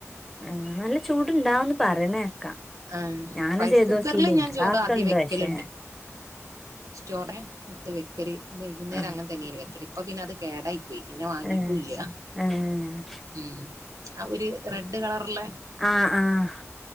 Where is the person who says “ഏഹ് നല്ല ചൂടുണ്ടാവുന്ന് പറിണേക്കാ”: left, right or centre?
Centre